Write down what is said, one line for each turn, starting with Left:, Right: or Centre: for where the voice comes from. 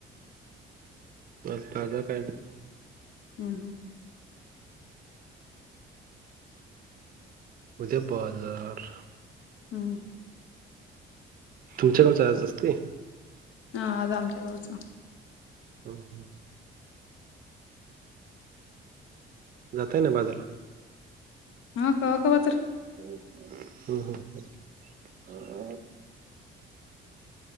Right: आज ताजा पेंट
Left: हम्म
Right: उद्या बाजार
Left: हम्म
Right: तुमच्या गावच्या आज असते
Left: हा आज आमच्या गावचा
Right: ह जाताय ना बाजाराला
Left: हा कवा कवा तर
Right: हम्म हम्म